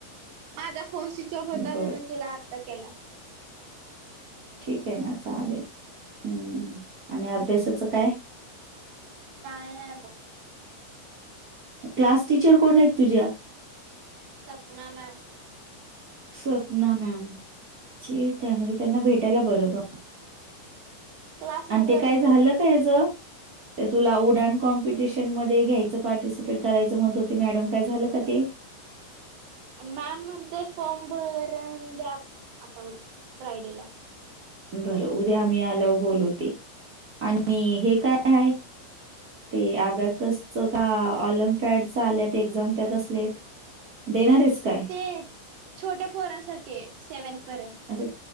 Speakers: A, on the right; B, on the right.
A: माझा फोन स्विच ऑप होता.
B: बर
A: म्हणून तुला आत्ता केला.
B: ठीके ना चालेल. हम्म आणि अभ्यासाचं काय?
A: काय नाही बघ.
B: क्लास टीचर कोणेत तुझ्या?
A: सपना मॅम.
B: सपना मॅम. ठीके म्हणजे त्यांना भेटायला बर बा.
A: क्लासमध्येच
B: आणि ते
A: असणार
B: काय झालं
A: होत ते.
B: का याच? ते तुला उडण कॉम्पिटिशन मध्ये घ्यायचं, पार्टिसिपेट करायचं म्हणत हो ते मॅडम. काय झालं का ते?
A: मॅम म्हणतेय फॉर्म भरून द्या आता फ्रायडेला.
B: बरं उद्या आम्ही आल्याव बोलूते. आणि हे काय हाये? ते आब्याकसच का ऑलिमपॅड च आल्यात एक्झाम त्या कसल्यायेत? देणारेस काय?
A: ते छोट्या पोरांसाठीये. सेवेंथ पर्यंत.
B: अच्छा